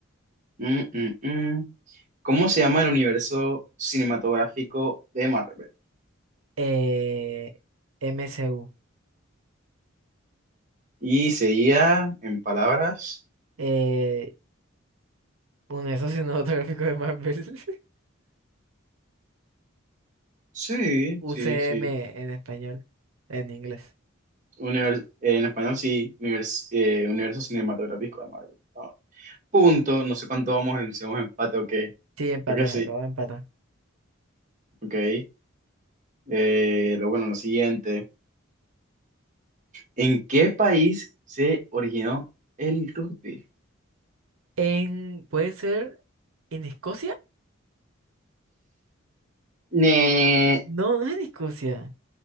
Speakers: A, on the right; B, on the right.
A: mm, mm, mm. ¿Cómo se llama el universo cinematográfico de Marvel?
B: Eh, MSU.
A: Y sería, en palabras,
B: Eh, un eso cinematográfico de Marvel. <laughs>
A: sí,
B: UCM
A: sí, sí.
B: en español, en inglés.
A: Univers- eh, en español, sí, univers- eh, universo cinematográfico de Marvel. Ah, punto, no sé cuánto vamos en, si vamos en empate o qué.
B: Sí, empaté,
A: Creo que sí,
B: acabo de empatar.
A: ok. Eh, lo bueno, lo siguiente. ¿En qué país se originó el rugby?
B: En, ¿puede ser en Escocia?
A: Ne-
B: No, no es en Escocia.